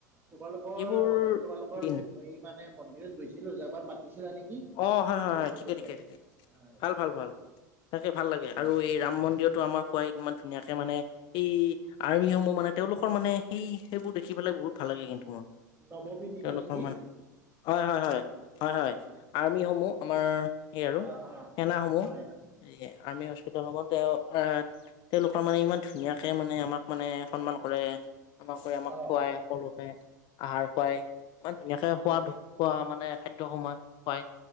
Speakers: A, on the right; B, on the left.
A: তোমালোকৰ
B: এইবোৰ
A: ম তোমালোকৰ
B: দিন
A: মানে মন্দিৰত গৈছিলো, যোৱাবাৰ মাতিছিলা নেকি।
B: অ', হয়, হয়,
A: গৈছিলোঁ
B: হয়, ঠিকে, ঠিকে,
A: যে
B: ঠিকে,
A: হয়
B: ভাল, ভাল, ভাল, তাকে ভাল লাগে,
A: অঁ
B: আৰু এই ৰাম মন্দিৰত টো আমাৰ খুৱাই ইমান ধুনীয়াকে মানে এই আৰ্মিসমূহ মানে তেওঁলোকৰ মানে সেই সেইবোৰ দেখি পেলেই বহুত ভাল লাগে, কিন্তু মোৰ।
A: নৱমী দিনা
B: তেওঁলোকৰ
A: নেকি
B: মানে হয়, হয়, হয়, হয়, হয়, আৰ্মিসমূহ আমাৰ সেই আৰু,
A: অঁ অঁ
B: সেনাসমূহ
A: হয়
B: এই আৰ্মি হস্পিতলসমূহ তেওঁ আহ তেওঁলোকৰ মানে ইমান ধুনীয়াকে মানে আমাক মানে সন্মান কৰে। আমাক কৰি আমাক
A: অঁ
B: খুৱাই
A: অঁ
B: সকলোকে আহাৰ খুৱাই ইমান ধুনীয়াকে
A: হয়
B: খোৱাদ
A: হয়
B: খোৱা মানে খাদ্যয় সময় খুৱাই,